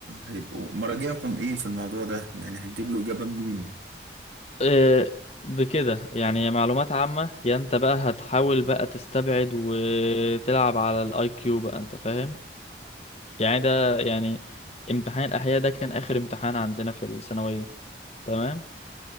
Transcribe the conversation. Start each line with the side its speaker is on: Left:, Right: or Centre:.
Right: هيبقوا مراجعكم إيه في الموضوع ده يعني هتجيب له إجابة منين؟
Left: آه، بكده يعني يا معلومات عامة يا انت بقى هتحاول بقى تستبعد وتلعب على الاي كيو بقى انت فاهم يعني ده يعني امتحان الاحياء ده كان اخر امتحان عندنا في الثانوية تمام